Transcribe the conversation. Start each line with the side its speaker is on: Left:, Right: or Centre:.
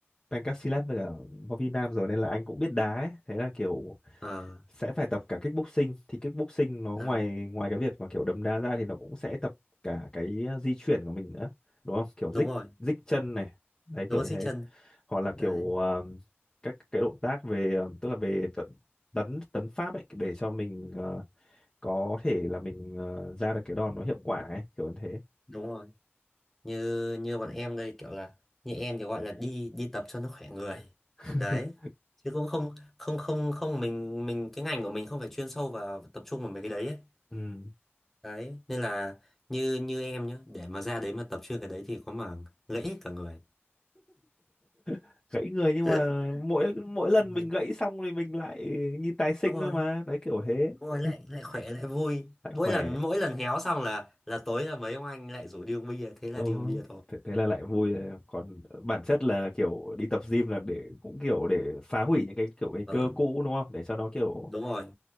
Left: Ben Casillas với cả Võ Vi Nam rồi nên là anh cũng biết đá ấy. Thế là kiểu
Centre: Ờ,
Left: sẽ phải tập cả kickboxing thì kickboxing nó
Centre: à,
Left: ngoài ngoài cái việc mà kiểu đấm đá ra thì nó cũng sẽ tập cả cái à, di chuyển của mình nữa đúng không kiểu
Centre: đúng
Left: dích
Centre: rồi
Left: dích chân này đấy
Centre: nó
Left: kiểu
Centre: có
Left: như
Centre: xích
Left: thế
Centre: chân
Left: hoặc là
Centre: đấy
Left: kiểu um, các cái động tác về um, tức là về tận tấn tấn pháp ấy để cho mình ờ, có thể là mình ờ, ra được cái đòn nó hiệu quả ấy kiểu như thế
Centre: đúng rồi như như bọn em đây kiểu là như em thì gọi là đi đi tập cho nó khỏe người
Left: <laughs>
Centre: đấy chứ cũng không không không không mình mình cái ngành của mình không phải chuyên sâu vào tập trung vào mấy cái đấy ấy.
Left: ừ.
Centre: đấy nên là như như em nhá để mà ra đấy mà tập chuyên cái đấy thì có mà gãy hết cả người
Left: <laughs> gãy người nhưng
Centre: <laughs>
Left: mà mỗi mỗi lần
Centre: Ừ,
Left: mình gãy xong thì mình lại như tái sinh
Centre: đúng rồi
Left: thôi mà đấy kiểu thế
Centre: đúng rồi lại
Left: <laughs>
Centre: lại khỏe lại vui
Left: lại
Centre: mỗi
Left: khỏe
Centre: lần mỗi lần héo xong là là tối là mấy ông anh lại rủ đi uống bia thế là
Left: ừ
Centre: đi uống bia thôi
Left: thế, thế là lại vui rồi. còn bản chất là kiểu đi tập gym là để cũng kiểu để phá hủy những cái kiểu cái
Centre: Vâng,
Left: cơ cũ đúng không để cho nó kiểu
Centre: đúng rồi